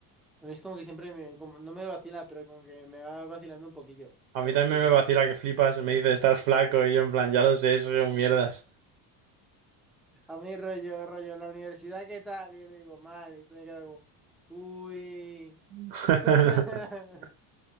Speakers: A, in the centre; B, on the right.
A: A mí es como que siempre me, como, no me vacila, pero como que me va vacilando un poquillo,
B: A
A: todo
B: mí también
A: gracioso.
B: me vacila que flipas. Me dice, estás flaco. Y yo en plan, ya lo sé, soy un mierdas.
A: A mí rollo, rollo, la universidad, ¿qué tal? Y yo le digo, mal, y se me queda como, uy.
B: <laughs>
A: <laughs>